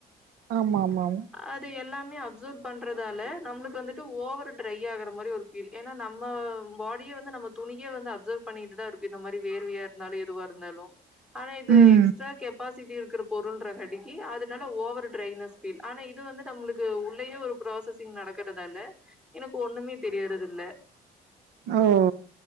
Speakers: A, on the right (about 85°); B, in the centre.
A: ஆமாம்மாம்மா
B: அது எல்லாமே அப்சர்வ் பண்றதால நம்மளுக்கு வந்துட்டு ஓவர் ட்ரை ஆகுற மாரி ஒரு ஃபீ ஃபீல் ஏனா நம்ம பாடியே வந்து நம்ம துணி மே வந்து அப்சர்வ் பண்ணிட்டு தா இருக்கு இந்த மாரி வேர்வயா இருந்தாலு எதுவா இருந்தாலு ஆனா இது
A: ம்.
B: எக்ஸ்ட்ரா கெப் ப்பாசிட்டி இருக்கிற பொருள்ன்ற காடிக்கி அதனால ஓவர் ட்ரைனஸ் ஃபீல் ஆனா இது வந்து நம்மளுக்கு உள்ளேயே ஒரு ப்ராசஸிங் நடக்குறதால எனக்கு ஒன்னுமே தெரியறதில்ல
A: ஓ